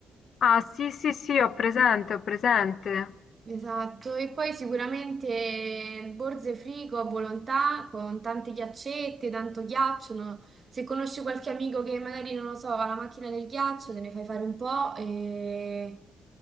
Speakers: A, on the left (about 50°); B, on the right (about 30°).
A: Ah, sì, sì, sì, ho presente, ho presente.
B: Esatto, e poi sicuramente Borze Frigo a Volontà con tante ghiaccette, tanto ghiaccio. no? Se conosci qualche amico che magari non lo so, ha la macchina del ghiaccio, te ne fai fare un po' e,